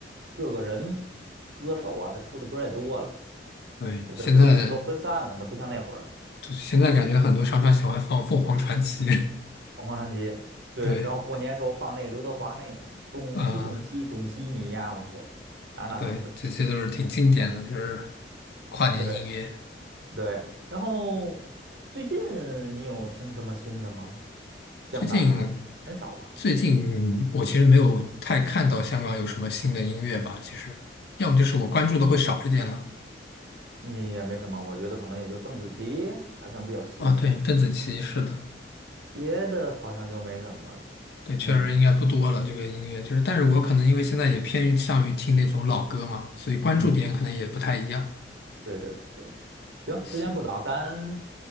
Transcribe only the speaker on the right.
各个人歌手啊，他出的歌也多了，
它它它这这都分散了，
它不像那会儿
凤凰传奇，
对，
然后过年时候放那个刘德华那个恭喜恭喜恭喜你呀，
哇塞，哪儿哪儿都是，
对对，然后最近你有听什么新的吗？香港的很少吧。
你也没什么，我觉得可能也就邓紫棋还算比较新，
别的好像就没什么了。
嗯
嗯，对对对对，行，
时间不早，咱